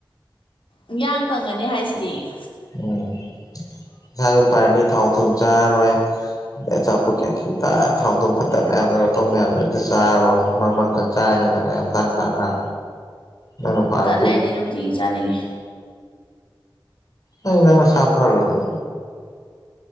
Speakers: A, on the left; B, on the left.
A: ꯌꯥꯡ ꯀꯪꯉꯅꯤ ꯍꯥꯏꯁꯤꯗꯤ
B: ꯎꯝ ꯏꯁꯥꯁꯨ ꯐꯔꯅꯤ ꯊꯥꯎ ꯊꯨꯝ ꯆꯥꯔꯔꯣꯏ ꯑꯆꯥꯄꯣꯠ ꯀꯩ ꯀꯩ ꯇ ꯊꯥꯎꯗꯨ ꯐꯠꯇꯕ ꯃꯌꯥꯝꯗꯨ ꯀꯩꯅꯣ ꯇꯧꯕ ꯃꯌꯥꯝꯗꯨ ꯑꯃꯇ ꯆꯥꯔꯔꯣꯏ꯫ ꯃꯃꯛꯇ ꯆꯥꯔꯅꯤꯗꯅ ꯌꯥꯝ ꯇꯥꯡ ꯇꯥꯡꯅ ꯅꯪ ꯅꯨꯄꯥꯅ
A: ꯇꯂ ꯂꯩꯗꯤꯅꯨ ꯀ ꯆꯥꯅꯤꯡꯌꯦ
B: ꯑꯗꯨꯗꯤ ꯅꯪ ꯅꯥꯁꯥ ꯐꯔꯣꯏꯌꯦ꯫